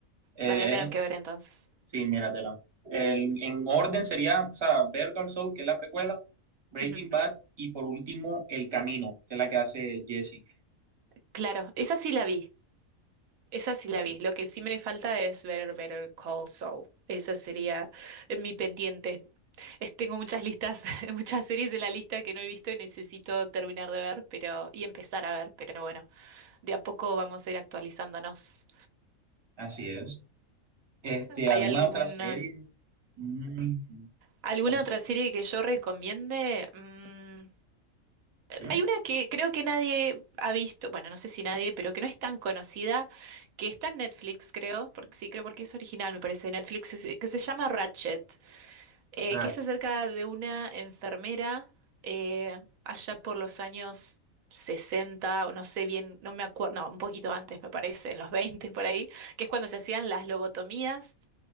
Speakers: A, on the right; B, on the right.
A: Eh,
B: La voy a tener
A: es-
B: que ver entonces.
A: sí, míratela. El- en orden sería, o sea, Better Call Saul, que es la precuela, Breaking
B: Ujú,
A: Bad, y por último, El Camino, que es la que hace Jesse.
B: Claro, esa sí la vi. Esa sí la vi.
A: Sí,
B: Lo que sí me falta es ver Better Call Saul. Esa sería eh, mi pendiente. Es- tengo muchas listas, <laughs> muchas series de la lista que no he visto y necesito terminar de ver, pero y empezar a ver, pero bueno, de a poco vamos a ir actualizándonos.
A: Así es. Este,
B: ¿Hay
A: ¿alguna
B: alguna
A: otra serie? Mm,
B: alguna
A: ¿cuál?
B: otra serie que yo recomiende? Mm,
A: ¿Sí?
B: hay una que creo que nadie ha visto, bueno, no sé si nadie, pero que no es tan conocida, que está en Netflix, creo, porque sí, creo porque es original, me parece, de Netflix, es- que se llama Ratchet. eh,
A: Real.
B: que es acerca de una enfermera eh, allá por los años sesenta o no sé bien, no me acuerdo, no, un poquito antes me parece, en los 20 por ahí, que es cuando se hacían las lobotomías